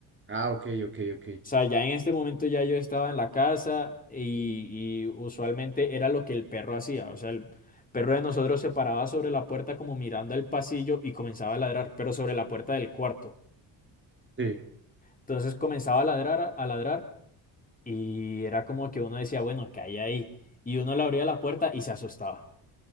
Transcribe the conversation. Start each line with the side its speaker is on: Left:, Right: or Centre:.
Right: Ah, ok, ok, ok.
Left: O sea, ya en este momento ya yo estaba en la casa y, y usualmente era lo que el perro hacía. O sea, el perro de nosotros se paraba sobre la puerta como mirando el pasillo y comenzaba a ladrar, pero sobre la puerta del cuarto.
Right: Sí.
Left: Entonces comenzaba a ladrar, a a ladrar y era como que uno decía, bueno, ¿qué hay ahí? Y uno le abría la puerta y se asustaba.